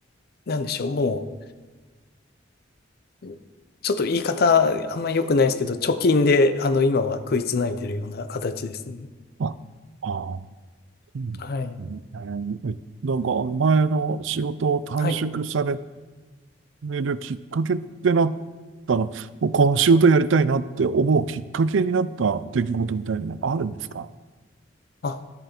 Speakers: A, on the left; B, on the right.
A: なんでしょう、もう、ちょっと言い方あんま良くないですけど、貯金で、あの、今は食いつないでるような形ですね。
B: あ、ああうんうん
A: はい。
B: えなんか前の仕事を退職され
A: はい。
B: るきっかけってなったの、もうこの仕事やりたいなって思うきっかけになった出来事みたいなのがあるんですか
A: あ